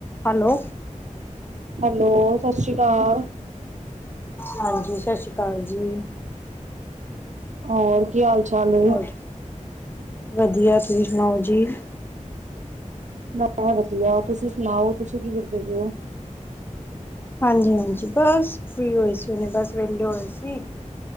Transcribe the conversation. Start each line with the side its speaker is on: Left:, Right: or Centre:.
Left: Hello
Right: hello ਸਤਿ ਸ਼੍ਰੀ ਅਕਾਲ
Left: ਹਾਂਜੀ ਸਤਿ ਸ੍ਰੀ ਅਕਾਲ ਜੀ
Right: ਹੋਰ ਕੀ ਹਾਲ ਚਾਲ ਏ।
Left: ਹੋਰ ਵਧੀਆ ਤੁਸੀਂ ਸੁਣਾਓ ਜੀ।
Right: ਮੈਂ ਵਧੀਆ ਤੁਸੀਂ ਸੁਣਾਓ ਤੁਸੀਂ ਕੀ ਕਰਦੇ ਪਏ ਹੋ।
Left: ਹਾਂਜੀ ਹਾਂਜੀ ਬਸ ਫ੍ਰੀ ਹੋਏ ਸੀ ਉਹਨੇ ਬਸ ਵਿਹਲੇ ਹੋਏ ਸੀ।